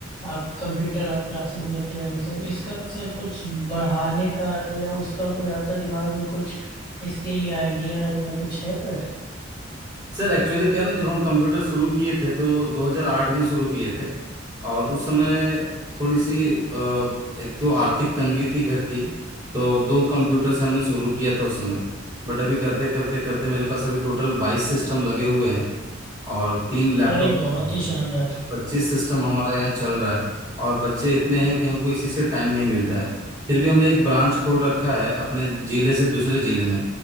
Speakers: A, on the left; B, on the right.
A: आप कंप्यूटर आप क्लासेस लेते हैं और ये सब इसका सर कुछ बढ़ाने का या उसका कोई आपका दिमाग में कुछ इसके लिए आइडिया या कुछ है सर
B: सर एक्चुअली क्या है ना जब हम कंप्यूटर शुरू किए थे तो 2008 में शुरू किए थे और उस समय थोड़ी सी अ, एक तो आर्थिक तंगी थी घर की तो दो कंप्यूटर से हमने शुरू किया था उस समय बट अभी करते करते करते मेरे पास अभी टोटल बाईस सिस्टम लगे हुए हैं और तीन लैपटॉप
A: अरे बहुत
B: लगा
A: ही
B: हुआ
A: शानदार
B: है पच्चीस सिस्टम हमारा यहाँ चल रहा है और बच्चे इतने हैं कि हमको इसी से टाइम नहीं मिलता है फिर भी हमने एक ब्रांच खोल रखा है अपने जिले से दूसरे जिले में